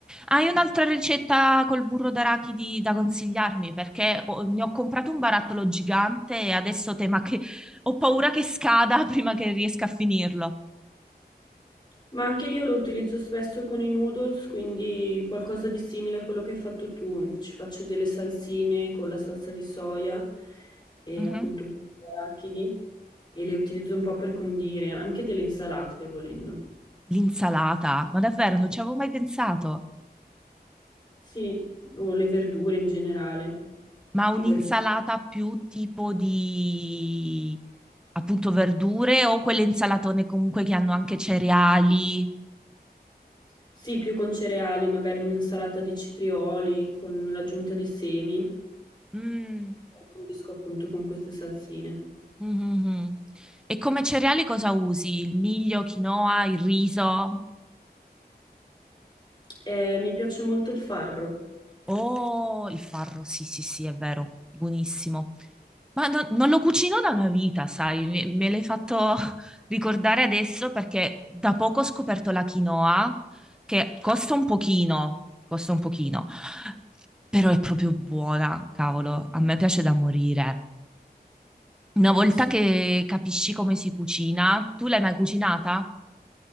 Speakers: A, in the centre; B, on the left.
A: Hai un'altra ricetta col burro d'arachidi da consigliarmi? Perché ho- ne ho comprato un barattolo gigante e adesso tema che ho paura che scada <laughs> prima che riesca a finirlo.
B: Ma anche io lo utilizzo spesso con i noodles, quindi qualcosa di simile a quello che hai fatto tu. Ci faccio delle salsine con la salsa di soia e
A: Mhm.
B: appunto arachidi e le utilizzo un po' per condire, anche delle insalate volendo.
A: L'insalata, ma davvero non ci avevo mai pensato.
B: Sì, o le verdure in generale.
A: Ma un'insalata
B: Verd-
A: più tipo di appunto verdure o quelle insalatone comunque che hanno anche cereali?
B: Sì, più con cereali, magari un'insalata di citrioli con l'aggiunta di semi.
A: Mm.
B: Condisco appunto con queste salsine.
A: Mhm. E come cereali cosa usi? Il miglio, quinoa, il riso?
B: Eh, mi piace molto il farro,
A: Oh, il farro, sì, sì, sì, è vero, buonissimo. Ma no- non lo cucino da una vita, sai, me, me l'hai fatto <laughs> ricordare adesso perché da poco ho scoperto la quinoa, che costa un pochino, costa un pochino, però è proprio buona, cavolo, a me piace da morire. Una volta
B: assolutamente.
A: che capisci come si cucina, tu l'hai mai cucinata?